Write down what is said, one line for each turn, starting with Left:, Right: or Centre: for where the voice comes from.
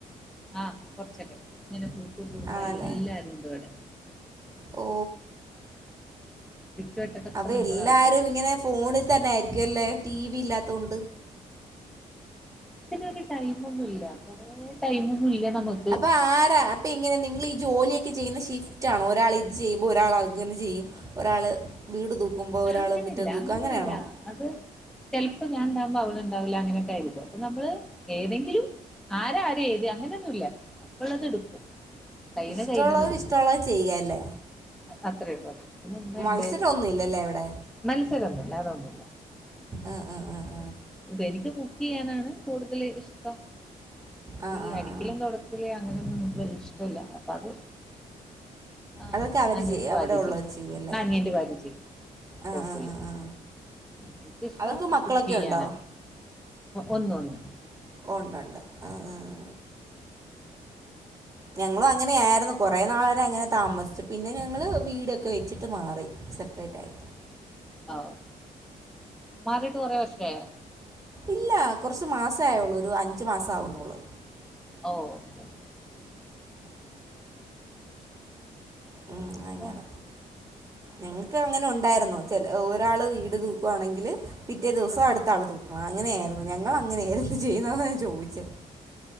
Centre: ആഹ് കൊറച്ചൊക്കെ അങ്ങനെ കൂട്ടും കൂടുമ്പോ
Right: ആണല്ലേ
Centre: എല്ലാരും ഉണ്ടിവിടെ
Right: ഓ
Centre: ചുറ്റുവട്ടത്തൊക്കെ
Right: അത്
Centre: നമ്മളെ
Right: എല്ലാരും
Centre: ആൾക്കാര് തന്നെ
Right: ഇങ്ങനെ ഫോണിൽ തന്നെ ആയിരിക്കുംല്ലേ ടി വി ഇല്ലാത്തൊണ്ട്
Centre: ഒരു ടൈമ് ഒന്നുല്ല കുറേ ടൈമ് ഒന്നുല്ല നമ്മക്ക്
Right: അപ്പൊ ആരാ ഇപ്പെങ്ങനെ നിങ്ങൾ ഈ ജോലിയൊക്കെ ചെയ്യുന്നെ ഷിഫ്റ്റാണോ ഒരാൾ ഇത് ചെയ്യുമ്പോൾ ഒരാൾ അതന്നെ ചെയ്യും ഒരാള് വീട് തൂക്കുമ്പോ ഒരാള്
Centre: അങ്ങനെല്ല
Right: മുറ്റം തൂക്കും
Centre: അങ്ങനെയല്ല
Right: അങ്ങനെയാണോ
Centre: അത് ചെലപ്പോ ഞാൻ ഉണ്ടാവുമ്പോ അവള് ഉണ്ടാവില്ല അങ്ങനെയൊക്കെ ആയിരിക്കും അപ്പൊ നമ്മള് ഏതെങ്കിലും ആര് ആദ്യയ്തു അങ്ങനെയൊന്നുമില്ല ഇപ്പോളത് എടുക്കും കൈണ്
Right: ഇഷ്ടമുള്ളവർ
Centre: കൈണത് എടുക്കും
Right: ഇഷ്ടമുള്ളത് ചെയ്യുക അല്ലേ
Centre: അത്രയേ ഉള്ളു അത് പിന്നെ ഉമ്മയുണ്ട്
Right: മത്സരൊന്നും ഇല്ലല്ലേ എവിടെ
Centre: മത്സരമൊന്നുമില്ല അതൊന്നുമില്ല
Right: ആഹ് ആഹ് ആഹ്
Centre: എനിക്ക് കുക്ക് ചെയ്യാനാണ് കൂടുതൽ ഇഷ്ടം
Right: ആ
Centre: ഈ
Right: ആ
Centre: അടിക്കലും
Right: ആ
Centre: തുട ക്കല് അങ്ങനെയൊന്നും എനിക്ക് വല്യേ ഇഷ്ടമില്ല അപ്പ അത് ആഹ്
Right: അതൊക്കെ അവർ
Centre: അനിയന്റെ
Right: ചെയ്യും
Centre: ഭാര്യ
Right: അവിടെ ഉള്ളവർ
Centre: ചെയ്യും
Right: അല്ലേ
Centre: ആഹ് അനിയന്റെ ഭാര്യ ചെയ്യും
Right: ആ
Centre: കുഴപ്പില്ല
Right: ആ ആ ആ
Centre: എനിക്ക് ഇഷ്ട
Right: അവർക്ക് മക്കളൊക്കെ
Centre: കു ക്കെയ്യാണ്
Right: ഉണ്ടോ
Centre: ഒന്ന് ഒന്ന്
Right: ഉണ്ട്ണ്ട് ഉം ഉം ഞങ്ങളും അങ്ങനെയായിരുന്നു കുറേ നാൾ വരെ അങ്ങനെ താമസിച്ചു പിന്നെ ഞങ്ങള് വീടൊക്കെ വെച്ചിട്ട് മാറി സെപ്പറേറ്റ് ആയി
Centre: ഓ മാറിയിട്ട് കുറെ വർഷായൊ
Right: ഇല്ല കുറച്ച് മാസായുള്ളൂ ഒരു അഞ്ച് മാസാവുന്നുള്ളൂ
Centre: ഓ ഓക്കേെ
Right: ഉം
Centre: അപ്പൊ
Right: അങ്ങനെ ഞങ്ങക്ക് അങ്ങനെ ഉണ്ടായിരുന്നു ചെ ഒരാള് വീട് തൂക്കുവാണെങ്കില് പിറ്റേ ദിവസം അടുത്ത ആൾ തൂക്കണം അങ്ങനെയായിരുന്നു ഞങ്ങൾങ്ങനെയായിരുന്നു ചെയ്യുന്നതെന്ന് അതാ ഞാൻ ചോദിച്ചത്